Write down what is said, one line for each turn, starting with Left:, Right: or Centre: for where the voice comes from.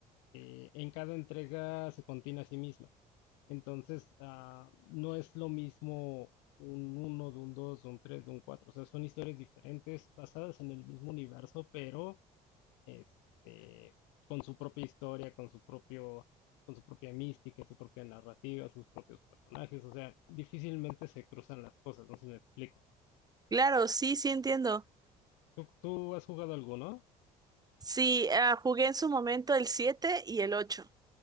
Left: que en cada entrega se contiene a sí misma. Entonces, ah, no es lo mismo un uno, de un 2, de un 3, de un cuatro, O sea, son historias diferentes basadas en el mismo universo, pero este, con su propia historia, con su propio, con su propia mística, su propia narrativa, sus propios personajes, o sea, difícilmente se cruzan las cosas, no sé si me explico.
Right: Claro, sí, sí entiendo.
Left: ¿Tú, tú has jugado alguno?
Right: Sí, ah, jugué en su momento el 7 y el 8.